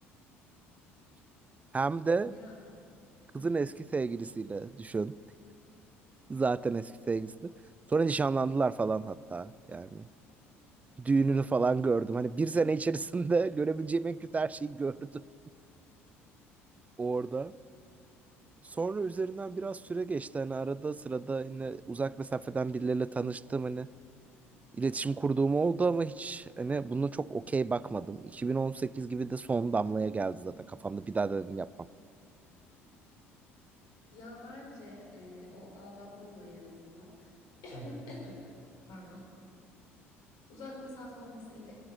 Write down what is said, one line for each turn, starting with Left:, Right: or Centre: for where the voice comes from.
Right: <laughs> Hem de
Left: Ya hı.
Right: kızın eski sevgilisiyle düşün. Zaten eski sevgilisi. Sonra nişanlandılar falan hatta yani. Düğününü falan gördüm. Hani bir sene içerisinde <laughs> görebileceğim en kötü her şeyi gördüm orada. Sonra üzerinden biraz süre geçti. Hani arada sırada yine uzak mesafeden birileriyle tanıştım. Hani iletişim kurduğum oldu ama hiç hani buna çok okey bakmadım. 2018 gibi de son damlaya geldi zaten kafamda. Bir daha da dedim yapmam.
Left: ya bence e, o ağlatma olayı en azından. <coughs> Pardon. Uzak mesafe olmasıyla